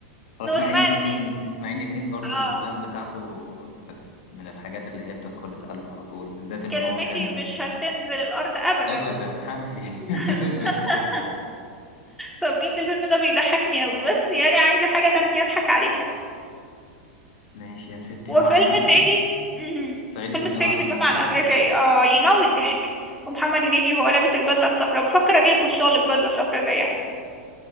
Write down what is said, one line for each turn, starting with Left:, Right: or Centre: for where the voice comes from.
Left: هو اسماعيل
Centre: نورماندي
Left: ياسين اسماعيل ياسين برضو
Centre: اه
Left: الافلام بتاعته آه، من الحاجات اللي هي بتدخل القلب على طول بالذات ان
Centre: كلمتي
Left: هو كان
Centre: مش هتنزل الأرض أبدا
Left: ابدا حنفي <laughs>
Centre: <laughs>
Left: نزلت خلاص
Centre: فبجد الفيلم ده بيضحكني أوي بس يعني عايزة حاجة تانية أضحك عليها
Left: ماشي يا ستي
Centre: وفيلم
Left: هو عامة
Centre: صعيدي مهم.
Left: صعيدي
Centre: فيلم
Left: في الجامعة
Centre: صعيدي
Left: الأمريكية
Centre: في الجامعة الأمريكية اه يموت ضحك ومحمد هنيدي وهو لابس البدلة الصفراء بفكر أجيلكوا الشغل ببدلة صفراء زيها